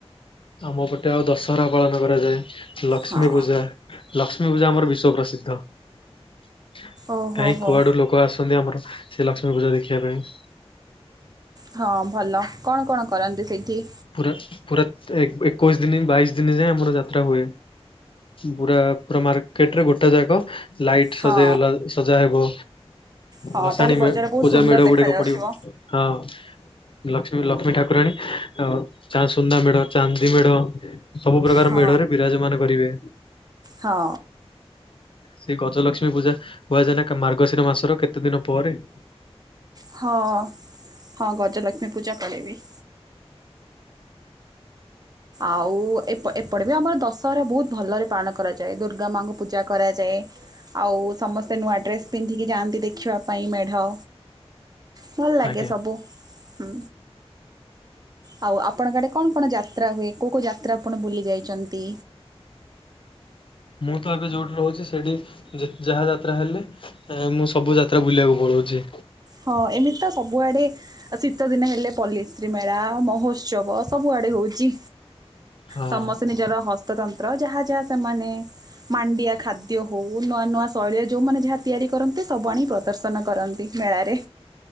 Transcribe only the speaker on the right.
ହଁ
ଓହୋ
ହୋ
ହଁ ଭଲ କଣ କଣ କରନ୍ତି ସେଇଠି?
ହଁ
ହଁ
ତାହେଲେ
ବଜାର ବହୁତ
ସୁନ୍ଦର
ଦେଖାଯାଉଥିବ
ହଁ
ହଁ।
ହଁ ହଁ ଗଜଲକ୍ଷ୍ମୀ ପୂଜା ପଡେ ବି। ଆଉ ଏପ ଏପଟେ ବି ଆମର ଦଶହରା ବହୁତ ଭଲରେ ପାଳନ କରାଯାଏ। ଦୁର୍ଗା ମାଙ୍କୁ ପୂଜା କରାଯାଏ। ଆଉ ସମସ୍ତେ ନୂଆ ଡ୍ରେସ୍ ପିନ୍ଧିକି ଯାଆନ୍ତି ଦେଖବା ପାଇଁ ମେଢ଼। ଭଲ ଲାଗେ
ସବୁ। ହୁଁ, ଆଉ ଆପଣଙ୍କ ଆଡେ କଣ କଣ ଜା ଯାତ୍ରା ହୁଏ କୋଉ କୋଉ ଯାତ୍ରା ଆପଣ ବୁଲି ଯାଇଛନ୍ତି।
ହଁ ଏମିତି ତ ସବୁଆଡେ ଆ ଶୀତ ଦିନ ହେଲେ ପଲ୍ଲଶ୍ରୀ ମେଳା, ମହୋତ୍ସବ ସବୁଆଡେ ହଉଛି।
ସମସ୍ତେ ନିଜର ହସ୍ତତନ୍ତ୍ର, ଯାହା ଯାହା ସେମାନେ ମାଣ୍ଡିଆ ଖାଦ୍ୟ ହୋଉ ନୂଆ ନୂଆ ଶୈଳୀରେ ଯୋଉମାନେ ଯାହା ତିଆରି କରନ୍ତି ସବୁ ଆଣି ପ୍ରଦର୍ଶନ କରନ୍ତି। ମେଳାରେ।